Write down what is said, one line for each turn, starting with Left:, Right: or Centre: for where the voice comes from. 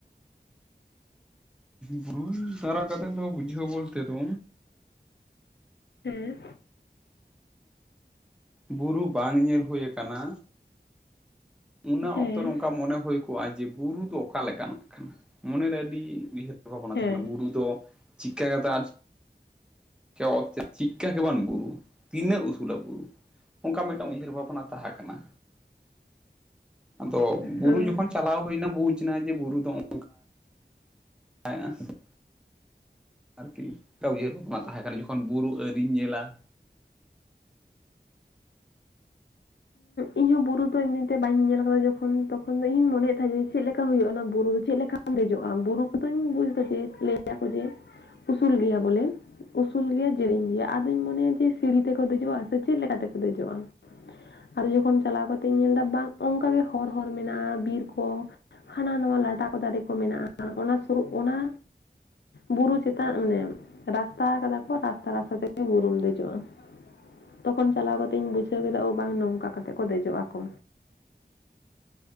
Centre: ᱵᱩᱨᱩ ᱫᱟᱨᱟ ᱠᱟᱛᱮᱫ ᱫᱚ ᱵᱩᱡᱷᱟᱹᱣ ᱵᱚᱞᱛᱮ ᱫᱚ,
Left: ᱦᱮᱸ,
Centre: ᱵᱩᱨᱩ ᱵᱟᱝ ᱧᱮᱞ ᱦᱩᱭ ᱟᱠᱟᱱᱟ, ᱚᱱᱟ
Left: ᱦᱮᱸ
Centre: ᱚᱠᱛᱚ ᱨᱮ ᱱᱚᱝᱠᱟ ᱢᱚᱱᱮ ᱦᱩᱭ ᱠᱚᱜᱼᱟ ᱡᱮ ᱵᱩᱨᱩ ᱫᱚ ᱚᱠᱟ ᱞᱮᱠᱟᱱᱟᱜ ᱠᱟᱱᱟ ᱢᱚᱱᱮᱨᱮ ᱟᱹᱰᱤ ᱩᱭᱦᱟᱹᱨ, ᱵᱷᱟᱱᱟ
Left: ᱦᱮᱸ
Centre: ᱛᱟᱦᱮᱸ ᱠᱟᱱᱟ ᱵᱩᱨᱩ ᱫᱚ ᱪᱤᱠᱟ ᱠᱟᱛᱮᱫ <unintelligible> ᱛᱤᱱᱟᱹᱜ ᱩᱥᱩᱞᱟ ᱵᱩᱨᱩ? ᱚᱱᱠᱟ ᱢᱤᱫᱴᱟᱝ ᱩᱭᱦᱟᱹᱨ ᱵᱷᱟᱵᱽᱱᱟ ᱛᱟᱦᱮᱸ ᱠᱟᱱᱟ, ᱟᱫᱚ ᱵᱩᱨᱩ
Left: ᱦᱮᱸ
Centre: ᱡᱚᱠᱷᱚᱱ ᱪᱟᱞᱟᱣ ᱦᱩᱭᱱᱟ ᱵᱩᱡᱽ ᱮᱱᱟ ᱡᱮ ᱵᱩᱨᱩ ᱫᱚ ᱚ <unintelligible> ᱟᱨᱠᱤ ᱚᱝᱠᱟ ᱩᱭᱦᱟᱹᱨ ᱵᱷᱟᱵᱱᱟ ᱛᱟᱦᱮᱸ ᱠᱟᱱᱟ ᱡᱚᱠᱷᱚᱱ ᱵᱩᱨᱩ ᱟᱹᱨᱤᱧ ᱧᱮᱞᱟ᱾
Left: ᱤᱧ ᱦᱚᱸ ᱵᱩᱨᱩ ᱫᱚ ᱮᱢᱱᱤᱛᱮ ᱵᱟᱹᱧ ᱧᱮᱞ ᱟᱠᱟᱫᱟ ᱡᱚᱠᱷᱚᱱ ᱛᱚᱠᱷᱚᱱ ᱫᱚ ᱤᱧ ᱢᱚᱱᱭᱮᱫ ᱛᱟᱦᱮᱸᱫ ᱡᱮ ᱪᱮᱫ ᱞᱮᱠᱟ ᱦᱩᱭᱩᱜ-ᱟ ᱚᱱᱟ ᱵᱩᱨᱩ ᱫᱚ ᱪᱮᱫ ᱞᱮᱠᱟ ᱢ ᱫᱮᱡᱚᱜᱼᱟ, ᱵᱩᱨᱩ ᱠᱚᱫᱚᱧ ᱵᱩᱡᱽᱫᱟ ᱡᱮ ᱞᱟᱹᱭᱟᱠᱚ ᱡᱮ, ᱩᱥᱩᱞ ᱜᱮᱭᱟ ᱵᱚᱞᱮ ᱩᱥᱩᱞ ᱜᱮᱭᱟ ᱡᱤᱲᱮᱧ ᱜᱮᱭᱟ ᱟᱫᱚᱧ ᱢᱚᱱᱮᱭᱟ ᱡᱮ ᱥᱤᱲᱤ ᱛᱮᱠᱚ ᱫᱮᱡᱚᱜᱼᱟ ᱥᱮ ᱪᱮᱫ ᱞᱮᱠᱟ ᱛᱮᱠᱚ ᱫᱮᱡᱚᱜᱼᱟ᱾ ᱟᱨ ᱡᱚᱠᱷᱚᱱ ᱪᱟᱞᱟᱣ ᱠᱟᱛᱮᱧ ᱧᱮᱞᱫᱟ ᱵᱟᱝ ᱚᱝᱠᱟ ᱜᱮ ᱦᱚᱨ ᱦᱚᱨ ᱢᱮᱱᱟᱜᱼᱟ ᱵᱤᱨ ᱠᱚ, ᱦᱟᱱᱟ ᱱᱚᱣᱟ ᱞᱟᱴᱟ ᱠᱚ ᱫᱟᱨᱮ ᱠᱚ ᱢᱮᱱᱟᱜᱼᱟ ᱚᱱᱟ ᱥᱩᱨ ᱚᱱᱟ ᱵᱩᱨᱩ ᱪᱮᱛᱟᱱ ᱢᱟᱱᱮ ᱨᱟᱥᱛᱟ ᱟᱠᱟᱫᱟ ᱠᱚ ᱨᱟᱥᱛᱟ ᱨᱟᱥᱛᱟ ᱛᱮᱜᱮ ᱵᱩᱨᱩᱢ ᱫᱮᱡᱚᱜᱼᱟ᱾ ᱛᱚᱠᱷᱚᱱ ᱪᱟᱞᱟᱣ ᱠᱟᱛᱮᱧ ᱵᱩᱡᱷᱟᱹᱣ ᱠᱮᱫᱟ ᱚ ᱵᱟᱝ ᱱᱚᱝᱠᱟ ᱠᱟᱛᱮᱜ ᱠᱚ ᱫᱮᱡᱚᱜ ᱟᱠᱚ᱾